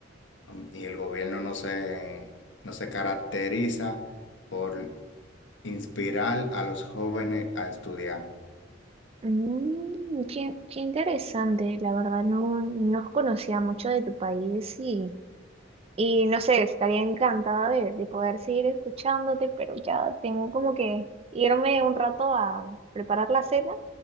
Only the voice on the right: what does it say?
Mm, qué, qué interesante, la verdad, no, no conocía mucho de tu país y Y no sé, estaría encantada de, de poder seguir escuchándote, pero ya tengo como que irme un rato a preparar la cena